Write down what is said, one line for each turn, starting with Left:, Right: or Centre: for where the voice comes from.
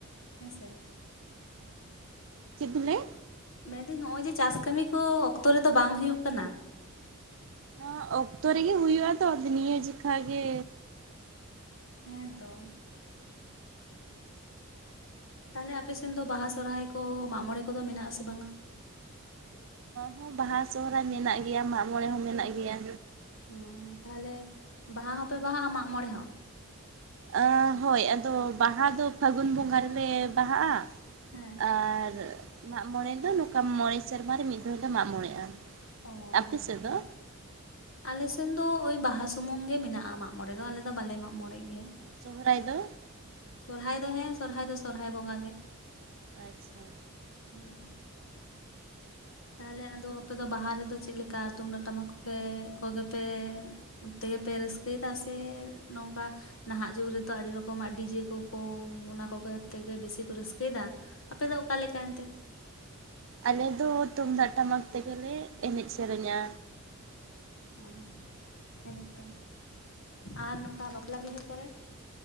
Left: ᱦᱮᱸ ᱥᱮ
Right: ᱪᱮᱫ ᱵᱤᱱ ᱞᱟᱹᱭ
Left: ᱢᱮᱱᱫᱟᱹᱧ ᱱᱚᱜᱼᱚᱭ ᱡᱮ ᱪᱟᱥ ᱠᱟᱹᱢᱤ ᱠᱚ ᱚᱠᱛᱚ ᱨᱮᱫᱚ ᱵᱟᱝ ᱦᱩᱭᱩᱜ ᱠᱟᱱᱟ
Right: ᱦᱚᱸ, ᱚᱠᱛᱚ ᱨᱮᱜᱮ ᱦᱩᱭᱩᱜᱼᱟ ᱛᱚ ᱟᱫᱚ ᱱᱤᱭᱟᱹ ᱡᱚᱠᱷᱟ ᱜᱮ
Left: ᱦᱮᱸ ᱛᱚ ᱛᱟᱞᱦᱮ ᱟᱯᱮ ᱥᱮᱱ ᱫᱚ ᱵᱟᱦᱟ ᱥᱚᱨᱦᱟᱭ ᱠᱚ ᱢᱟᱜ ᱢᱚᱬᱮ ᱠᱚᱫᱚ ᱢᱮᱱᱟᱜᱥᱮ ᱵᱟᱝᱟ
Right: ᱦᱮᱸ ᱵᱟᱦᱟ ᱥᱚᱦᱚᱨᱟᱭ ᱢᱮᱱᱟᱜ ᱜᱮᱭᱟ ᱢᱟᱜ ᱢᱚᱬᱮ ᱦᱚᱸ ᱢᱮᱱᱟᱜ ᱜᱮᱭᱟ
Left: ᱦᱮᱸ ᱛᱟᱦᱞᱮ ᱵᱟᱦᱟ ᱦᱚᱸᱯᱮ ᱵᱟᱦᱟᱜᱼᱟ ᱢᱟᱜᱢᱚᱬᱮ ᱦᱚᱸ
Right: ᱚ, ᱦᱳᱭ ᱟᱫᱚ ᱵᱟᱦᱟ ᱫᱚ ᱯᱷᱟᱹᱜᱩᱱ ᱵᱚᱸᱜᱟ ᱨᱮᱞᱮ ᱵᱟᱦᱟᱜᱼᱟ
Left: ᱦᱮᱸ
Right: ᱟᱨ ᱢᱟᱜᱽᱢᱚᱬᱮ ᱫᱚ ᱱᱚᱝᱠᱟ ᱢᱚᱬᱮ ᱥᱮᱸᱨᱢᱟᱨᱮ ᱢᱤᱫ ᱫᱷᱷᱟᱹᱣ ᱞᱮ ᱢᱟᱜ ᱢᱚᱬᱮᱜᱼᱟ
Left: ᱚ
Right: ᱟᱯᱮ
Left: ᱢᱚᱬᱮ
Right: ᱥᱮᱫ
Left: ᱥᱟᱞ
Right: ᱫᱚ
Left: ᱟᱞᱮ ᱥᱮᱱ ᱫᱚ ᱳᱭ ᱵᱟᱦᱟ ᱥᱩᱢᱩᱝ ᱜᱮ ᱢᱮᱱᱟᱜᱼᱟ᱾ᱢᱟᱜᱽ ᱢᱚᱬᱮ ᱫᱚ ᱟᱞᱮ ᱫᱚ ᱵᱟᱞᱮ ᱢᱟᱜᱽ ᱢᱚᱬᱮ ᱜᱮᱭᱟ᱾
Right: ᱥᱚᱦᱚᱨᱟᱭ ᱫᱚ
Left: ᱥᱚᱨᱦᱟᱭ ᱫᱚ ᱦᱮᱸ ᱥᱚᱨᱦᱟᱭ ᱫᱚ ᱥᱚᱨᱦᱟᱭ ᱵᱚᱸᱜᱟ ᱜᱮ
Right: ᱟᱪᱪᱷᱟ
Left: <inaudible> ᱛᱟᱦᱚᱞᱮ ᱟᱫᱚ ᱟᱯᱮ ᱫᱚ ᱵᱟᱦᱟ ᱨᱮᱫᱚ, ᱪᱮᱫ ᱞᱮᱠᱟ ᱛᱩᱢᱫᱟᱹᱜ ᱴᱟᱢᱟᱠ ᱠᱚᱜᱮ ᱠᱚᱜᱮ ᱯᱮ ᱚᱱᱛᱮᱜᱮ ᱯᱮ ᱨᱟᱹᱥᱠᱟᱹᱭᱮᱫᱟ ᱥᱮ ᱱᱚᱝᱠᱟ ᱱᱟᱦᱟᱜ ᱡᱩᱜᱽ ᱨᱮᱫᱚ ᱟᱹᱰᱤ ᱨᱚᱠᱚᱢᱟᱜ ᱰᱤᱡᱮ ᱠᱚᱠᱚ ᱚᱱᱟ ᱠᱚᱜᱮ ᱛᱮᱜᱮ ᱵᱮᱥᱤ ᱠᱚ ᱨᱟᱹᱥᱠᱟᱹᱭᱮᱫᱟ ᱟᱯᱮ ᱫᱚ ᱚᱠᱟ ᱞᱮᱠᱟ ᱮᱱᱛᱮᱫ
Right: ᱟᱞᱮ ᱫᱚ ᱛᱩᱢᱫᱟᱜ ᱴᱟᱢᱟᱠ ᱛᱮᱜᱮᱞᱮ ᱮᱱᱮᱡ ᱥᱮᱨᱮᱧᱟ᱾
Left: ᱚ ᱦᱮᱸᱛᱚ ᱟᱨ ᱱᱚᱝᱠᱟ ᱵᱟᱯᱞᱟ ᱵᱤᱦᱟᱹ ᱠᱚᱨᱮ